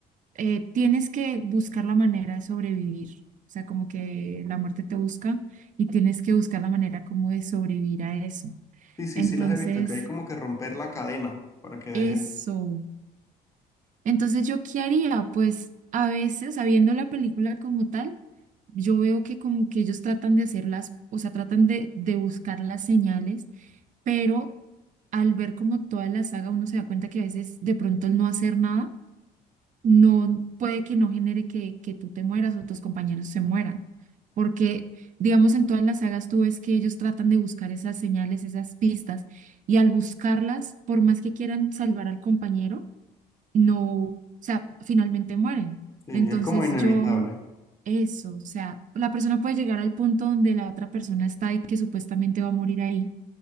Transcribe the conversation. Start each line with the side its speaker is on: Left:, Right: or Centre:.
Right: eh, tienes que buscar la manera de sobrevivir. O sea, como que la muerte te busca y tienes que buscar la manera como de sobrevivir a eso.
Left: Sí, sí,
Right: Entonces,
Left: sí las he visto, que hay como que romper la cadena para que deje.
Right: eso. Entonces, ¿yo qué haría? Pues a veces, sabiendo la película como tal, yo veo que como que ellos tratan de hacerlas, o sea, tratan de, de buscar las señales, pero al ver como toda la saga uno se da cuenta que a veces de pronto el no hacer nada no puede que no genere que, que tú te mueras o tus compañeros se mueran. Porque, digamos, en todas las sagas tú ves que ellos tratan de buscar esas señales, esas pistas, y al buscarlas, por más que quieran salvar al compañero, no, o sea, finalmente mueren.
Left: Sí,
Right: Entonces
Left: es como inevitable.
Right: yo, eso, o sea, la persona puede llegar al punto donde la otra persona está y que supuestamente va a morir ahí